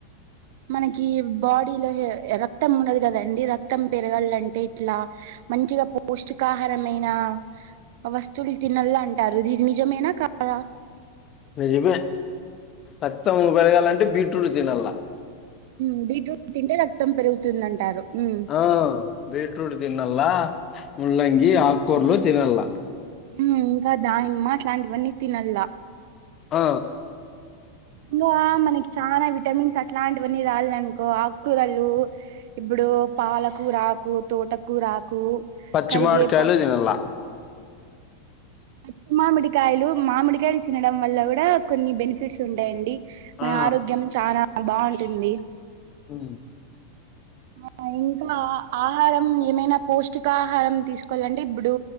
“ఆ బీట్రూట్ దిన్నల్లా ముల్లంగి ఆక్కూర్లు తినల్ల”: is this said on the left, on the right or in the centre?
Left